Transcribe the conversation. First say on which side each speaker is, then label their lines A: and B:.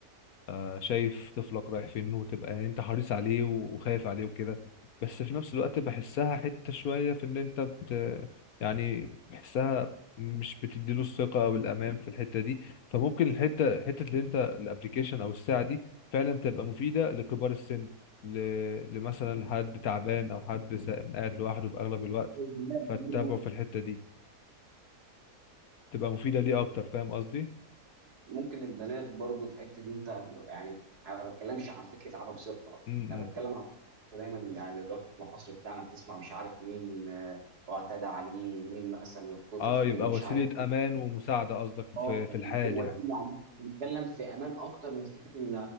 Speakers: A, on the left (about 70°); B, on the right (about 80°).
A: آه، شايف طفلك رايح فين وتبقى يعني انت حريص عليه و- وخايف عليه وكده بس في نفس الوقت بحسها حته شويه في ان انت بت... يعني بحسها مش بتديله الثقه او الامان في الحته دي فممكن الحته حته اللي انت الابلكيشن او الساعه دي فعلا تبقى مفيدة لكبار السن ل... لمثلا لحد تعبان أو حد س- قاعد لوحده في أغلب الوقت
B: البنات
A: فتتابعه
B: برضه
A: في الحتة دي تبقى مفيدة ليه أكتر فاهم قصدي؟
B: ممكن البنات برضه في حته إن انت يعني انا ما بتكلمش عن فكره عدم ثقه
A: امم
B: انا بتكلم عن فكرة دايما يعني دلوقتي في العصر بتاعنا بتسمع مش عارف مين آه، اعتدى عليه مين مثلا اختطف
A: اه يبقى
B: مين مش
A: وسيلة
B: عارف
A: أمان ومساعدة قصدك
B: اه
A: في في
B: يعني
A: الحال
B: وسيله
A: يعني
B: يعني بنتكلم في امان اكتر من فكره ان